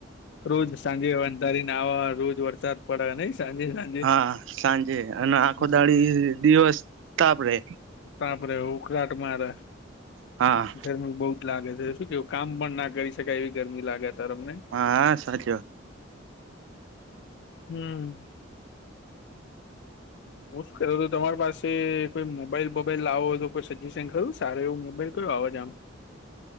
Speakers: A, on the left; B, on the right.
A: રોજ સાંજે અંધારીને આવવા રોજ વરસાદ પડે નહી સાંજે સાંજે
B: હા સાંજે અને આખો
A: હમ
B: દાળી દિવસ તપડે
A: તા આપડે હું કરટ મારેે
B: હા.
A: ગરમી બહુ જ લાગે છે શું કેવું કામ પણ ના કરી શકાય એવી ગરમી લાગે ત તમને
B: હા સાચ
A: હમ્મ. હું શું કર હતો તમારી પાસે કોઈ મોબાઈલ બોબાઈલ લાવો હોય તો કોઈ સજેશન કરું સારું એવું મોબાઈલ કયો આવેજ આમ